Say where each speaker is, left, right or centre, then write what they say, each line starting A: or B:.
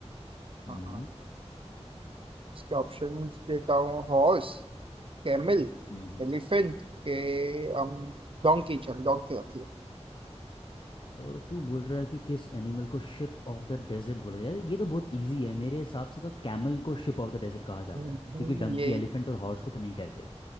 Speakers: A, on the left (about 45°); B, on the right (about 50°).
A: हम्म
B: हाँ इसके ऑप्शन देता हूँ हॉर्स कैमल
A: हम्म
B: एलिफेंट के हम डोंकी चल डोंकी रख ले
A: अ, तू बोल रहा है कि किस एनिमल को शिप ऑफ द डेजर्ट बोला जाता है ये तो बहुत इजी है मेरे हिसाब से तो कैमल को शिप ऑफ द डेजर्ट कहा जाता
B: हम्म,
A: है क्योंकि डंकी
B: ये
A: एलिफेंट और हॉर्स को तो नहीं कहते